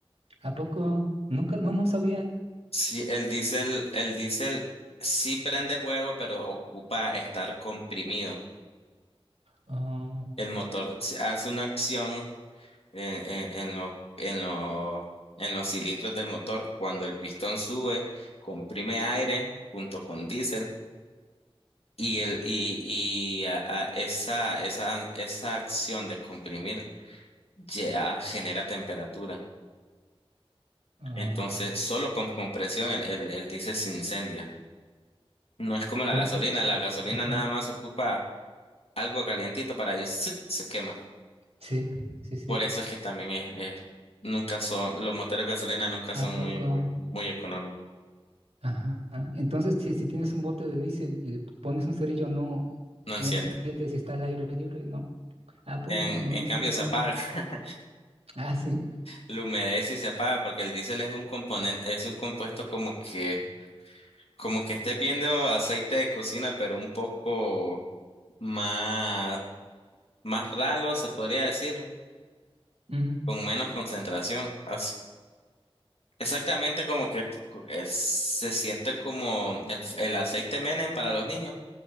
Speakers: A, on the right (about 85°); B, on the left (about 75°).
A: ¿A poco? Nunca, no, no sabía.
B: Sí, el diésel, el diésel sí prende fuego, pero ocupa estar comprimido.
A: Ah,
B: El motor s- hace una acción en, en- en los, en los, en los cilindros del motor. Cuando el pistón sube, comprime aire junto con diésel y, el, y, y a- a esa, esa, esa acción de comprimir ya genera temperatura.
A: ah,
B: Entonces, solo con compresión el, el, el diésel se incendia. No es como la
A: tiene
B: gasolina,
A: que ser.
B: la gasolina
A: Ujú.
B: nada más ocupa algo calientito para ahí ¡zut! se quema.
A: Sí, sí, sí.
B: Por eso es que también es, es- nunca son, los motores de gasolina nunca
A: ¿A
B: son
A: poco?
B: muy, muy, muy económicos.
A: Ajá. Entonces, si, si tienes un bote de diésel y le pones un cerillo, no,
B: No enciende.
A: no enciende si está al aire libre, ¿no? ¿A poco?
B: En,
A: No,
B: en
A: no
B: cambio
A: sabía.
B: se apaga, <laughs>
A: Ah, sí.
B: lo humedece y se apaga porque el diésel es un componente, es un compuesto como que, como que estés viendo aceite de cocina, pero un poco más, más ralo, se podría decir,
A: Ujú,
B: con menos concentración. Así- exactamente como que t- co- es- se siente como el, el aceite Menem para los niños.